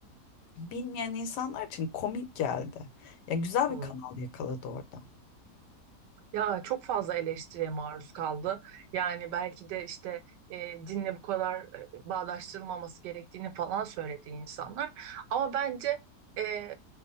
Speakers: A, on the left (about 75°); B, on the right (about 85°).
A: bilmeyen insanlar için komik geldi. Ya güzel
B: <laughs>
A: bir kanal yakaladı orada.
B: Ya çok fazla eleştiriye maruz kaldı. Yani belki de işte e, dinle bu kadar e, bağdaştırılmaması gerektiğini falan söyledi insanlar. Ama bence e,